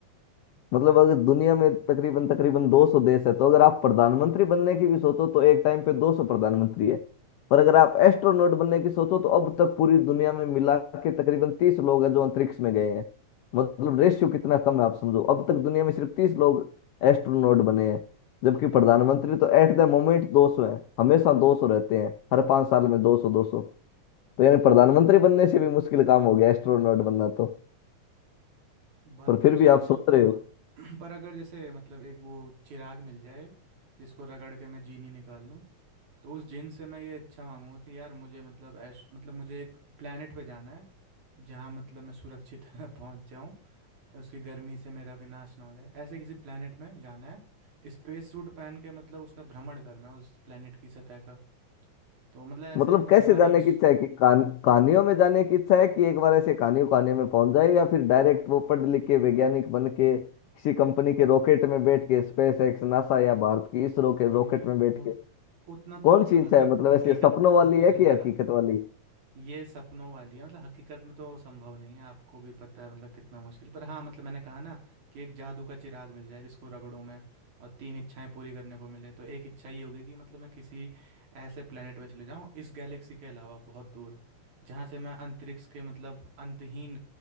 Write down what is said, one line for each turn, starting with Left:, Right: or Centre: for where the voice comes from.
Left: मतलब अगर दुनिया में तकरीबन तकरीबन 200 देश है तो अगर आप प्रधानमंत्री बनने की भी सोचो तो एक टाइम पे 200 प्रधानमंत्री है पर अगर आप एस्ट्रोनॉट बनने की सोचो तो अब तक पूरी दुनिया में मिला के तकरीबन 30 लोग हैं जो अंतरिक्ष में गए हैं मतलब रेशियो कितना कम है आप समझो अब तक दुनिया में सिर्फ 30 लोग एस्ट्रोनॉट बने हैं जबकि प्रधानमंत्री तो एट द मोमेंट 200 हैं हमेशा 200 रहते हैं हर पांच साल में 200 200 तो यानी प्रधानमंत्री बनने से भी मुश्किल काम हो गया एस्ट्रोनॉट बनना तो
Right: बात
Left: पर फिर
Right: तो सही
Left: भी आप
Right: है
Left: सोच रहे हो
Right: <clears throat> पर अगर जैसे मतलब एक वो चिराग मिल जाए जिसको रगड़ के मैं जीनी निकाल लूँ तो उस जिन से मैं ये इच्छा मांगूंगा कि यार मुझे मतलब ऐश मतलब मुझे एक प्लेनेट पे जाना है जहाँ मतलब मैं सुरक्षित <laughs> पहुँच जाऊँ उसकी गर्मी से मेरा विनाश ना हो जाए ऐसे किसी प्लेनेट में जाना है स्पेस सूट पहन के मतलब उसका भ्रमण करना है उस प्लेनेट की सतह का तो मतलब ऐसे
Left: मतलब
Right: मतलब
Left: कैसे
Right: ख्वाहिश
Left: जाने की इच्छा है कि कान कहानियों में जाने की इच्छा है कि एक बार ऐसे कहानियों कहानियों में पहुंच जाए या फिर डायरेक्ट वो पढ़ लिख के वैज्ञानिक बन के किसी कंपनी के रॉकेट में बैठ के स्पेस एक्स नासा या भारत की इसरो
Right: नहीं
Left: के रॉकेट
Right: नहीं
Left: में बैठ
Right: वो
Left: के
Right: उतना
Left: कौन
Right: तो मतलब
Left: सी इच्छा
Right: हकीक
Left: है मतलब
Right: हकीकत
Left: ऐसे सपनों वाली
Right: <laughs>
Left: है कि हकीकत वाली
Right: ये सपनों वाली है मतलब हकीकत में तो संभव नहीं है आपको भी पता है मतलब कितना मुश्किल पर हाँ मतलब मैंने कहा ना कि एक जादू का चिराग मिल जाए जिसको रगड़ूं मैं और तीन इच्छाएं पूरी करने को मिले तो एक इच्छा ये होगी कि मतलब मैं किसी ऐसे प्लेनेट में चले जाऊं इस गैलेक्सी के अलावा बहुत दूर जहाँ से मैं अंतरिक्ष के मतलब अंतहीन